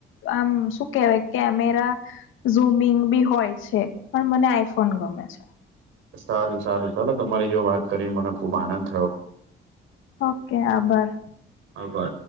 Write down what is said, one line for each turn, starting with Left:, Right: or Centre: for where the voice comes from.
Left: આમ શું કેવાય કેમેરા, ઝૂમિંગભી હોય છે પણ મને આઈફોન ગમે છે.
Right: સારું સારું ચાલો તમારી જો વાત કરી મને ખુબ આનંદ થયો.
Left: ઓકે આબાર.
Right: આબર.